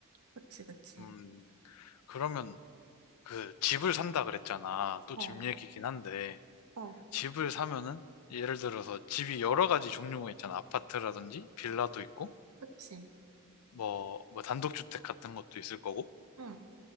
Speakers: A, on the right; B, on the left.
A: 그치, 그치.
B: 음, 그러면 그 집을 산다 그랬잖아. 또
A: 어,
B: 집 얘기긴 한데,
A: 어,
B: 집을 사면은 예를 들어서 집이 여러 가지 종류가 있잖아. 아파트라든지 빌라도 있고,
A: 그치.
B: 뭐, 뭐 단독주택 같은 것도 있을 거고.
A: 응.